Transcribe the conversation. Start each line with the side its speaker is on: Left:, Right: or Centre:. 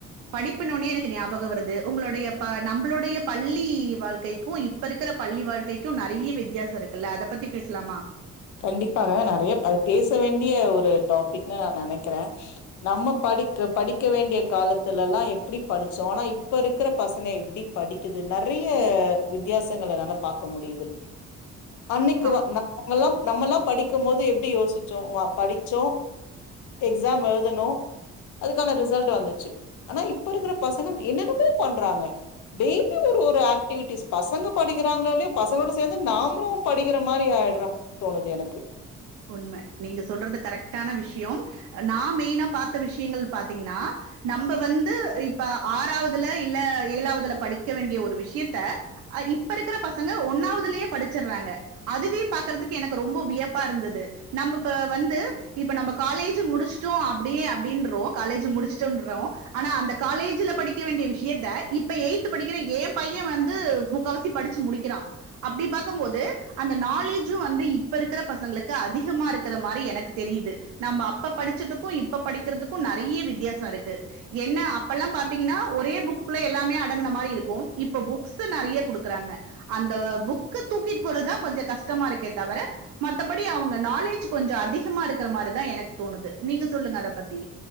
Right: படிப்புனோனே எனக்கு ஞாபக வருது உங்ளுடைய ப நம்பளுடைய பள்ளி வாழ்க்கைக்கு இப்ப இருக்குற பள்ளி வாழ்க்கைக்கு நறைய வித்தியாச இருக்குல்ல அத பத்தி பேசலாமா
Left: கண்டிப்பாக நறைய அது பேச வேண்டிய ஒரு டாபிக்னு நா நெனைக்கிறே நம்ம படிக்க படிக்க வேண்டிய காலத்துலலா எப்டி படுச்சோ ஆனா இப்ப இருக்குற பசங்க எப்டி படிக்கிது நறைய வித்யாசங்கல என்னால பாக்க முடியிது அன்னைக்கு
Right: ஆ
Left: வ நாமல்லா நம்மல்லா படிக்கும்மோது எப்டி யோசிச்சோ வ படிச்சோ எக்ஸாம் எழுதுனொ அதுக்கான ரிசல்ட் வந்துச்சு ஆனா இப்ப இருக்குற பசங்க என்னன்னமோ பண்றாங்க டெய்லி ஒரு ஒரு ஆக்டிவிட்டிஸ் பசங்க படிக்கிறாங்ளோலயோ பசங்களோட சேந்து நாம்ளு படிக்கிற மாரி ஆயிட்றொ தோணுது எனக்கு
Right: உண்ம நீங்க சொல்றது கரெக்டான விஷ்யம் நா மெயினா பாத்த விஷ்யங்கள் பாத்தீங்னா நம்ப வந்து இப்ப ஆறாவுதுல இல்ல ஏழாவுதுல படிக்க வேண்டிய ஒரு விஷ்யத்த அ இப்ப இருக்குற பசங்க ஒன்னாவதுலயே படிச்சுர்றாங்க அதுவே பாக்குறதுக்கு எனக்கு ரொம்ப விய ப்பா இருந்தது நம்பப்ப வந்து இப்ப நம்ப காலேஜு முடிச்டோ அப்டியே அப்டின்றோ காலேஜு முடுச்சுட்டொன்றோ ஆனா‌ அந்த காலேஜுல படிக்க வேண்டிய விஷயத்த‌ இப்ப எயித்து படிக்கிற ஏ பைய வந்து முக்காவாசி படுச்சு முடிக்கிறா அப்டி பாக்கும்மோது அந்த நாலேஜு வந்து இப்ப இருக்குற ப சங்ளுக்கு அதிகமா இருக்குற மாரி எனக்கு தெரியிது நம்ம அப்ப படுச்சதுக்கு இப்ப படிக்கிறதுக்கு நறைய வித்யாச இருக்கு என்ன அப்பல்லா பாத்தீங்கனா ஒரே புக்குக்குள்ள எல்லாமே அடங்குன மாரி இருக்கு இப்ப புக்ஸு நறைய குடுக்குறாங்க அந்த புக்க தூக்கிட்டு போறதா கொஞ்ச கஷ்டமா இருக்கே தவர மத்தபடி அவுங்க நாலேஜு கொஞ்ச அதிகமா இருக்குற மாரிதா எனக்கு தோணுது நீங்க சொல்லுங்க அத பத்தி